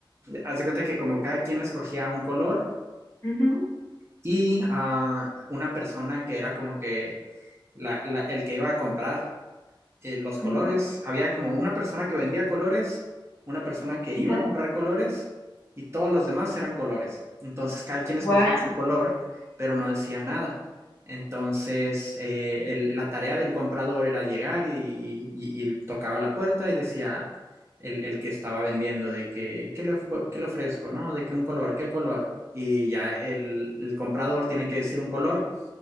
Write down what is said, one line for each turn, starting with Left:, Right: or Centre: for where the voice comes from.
Right: Haz de cuenta que como cada quien escogía un color
Left: Ujú,
Right: y ah, una persona que era como que la- la- el que iba a comprar eh, los colores.
Left: ujú,
Right: Había como una persona que vendía colores, una persona que iba
Left: <laughs>
Right: a comprar colores y todos los demás eran colores. Entonces cada quien
Left: Guau.
Right: escogía su color, pero no decía nada. Entonces eh, el- la tarea del comprador era llegar y, y- y- tocaba la puerta y decía el, el que estaba vendiendo de que, ¿qué le, qué le ofrezco? ¿No? De que un color, ¿qué color? Y ya el, el comprador tiene que decir un color